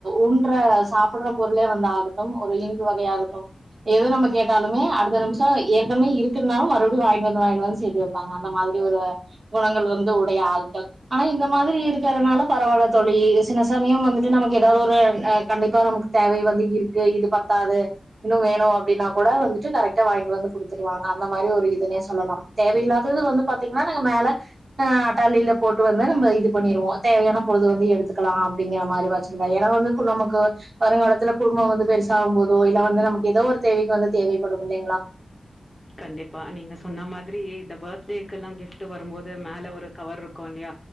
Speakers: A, on the right; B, on the left.
A: ஊன்ற சாப்ட்ற பொருளே வந்து ஆகட்டு ஒரு து வகையாகட்டும் எது நம்ம கேட்டாலுமே அடுத்த நிமிஷோ ஏ இதுமே இருக்னாலு மறுபடி வாங்கிண்டு வந்து வாங்கிண்டு வந்து சேத்து வெப்பாங்க அந்த மாரி ஒரு குணங்கள் வந்து உடைய ஆள்கள் ஆனா இந்த மாதிரி இருக்கறனால பரவால்ல தோழி சில சமயம் வந்துட்டு நமக்கு ஏதாவ்து ஒரு அ கண்டிப்பா நமக்கு தேவை வந்து இருக்கு இது பத்தாது இன்னு வேணு அப்டின்னா கூட வந்துட்டு கரெக் ட்டா வாங்கிட்டு வந்து குடுத்துருவாங்க அந்த மாரி ஒரு இதுனே சொல்லலா தேவையில்லாதது வந்து பாத்தீங்கன்னா நாங்க மேல ஆ டாலியில போட்டு வந்து நம்ம இது பண்ணிருவோ தேவையான பொழுது வந்து எடுத்துக்கலா அப்டிங்கிற மாரி வச்சுலா ஏன்னா வந்து நமக்கு வருங்காலத்துல குடும்போ வந்து பெருசாகும் போதோ இல்ல வந்து நமக்கு ஏதோ ஒரு தேவைக்கு வந்து தேவைப்படு இல்லீங்களா
B: கண்டிப்பா நீங்க சொன்ன மாதிரி இந்த பர்த்டேக்குல்லா கிஃப்ட்வரும் போது மேல ஒரு கவர் க்கு இல்லயா